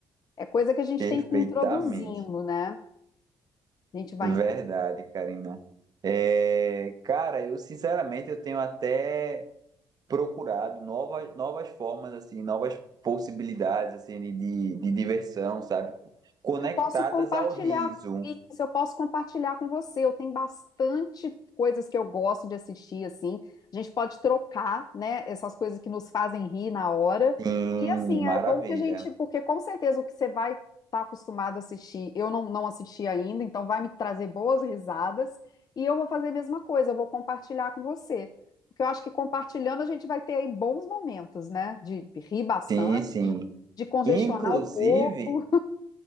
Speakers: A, on the left (about 45°); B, on the right (about 45°).
A: É coisa que a gente
B: Perfeitamente.
A: tem que ir introduzindo, né? A gente vai
B: Verdade, Karina. É, cara, eu sinceramente eu tenho até procurado novas, novas formas, assim, novas possibilidades, assim, de, de diversão, sabe? Conectadas
A: Eu posso compartilhar
B: ao riso.
A: isso, eu posso compartilhar com você. Eu tenho bastante coisas que eu gosto de assistir, assim. A gente pode trocar, né, essas coisas que nos fazem rir na hora.
B: Sim,
A: E assim,
B: maravilha.
A: é bom que a gente, porque com certeza o que você vai estar acostumado a assistir, eu não, não assisti ainda, então vai me trazer boas risadas. E eu vou fazer a mesma coisa, eu vou compartilhar com você. Porque eu acho que compartilhando a gente vai ter aí bons momentos, né? De rir bastante,
B: Sim, sim.
A: de de congestionar
B: Inclusive,
A: o corpo.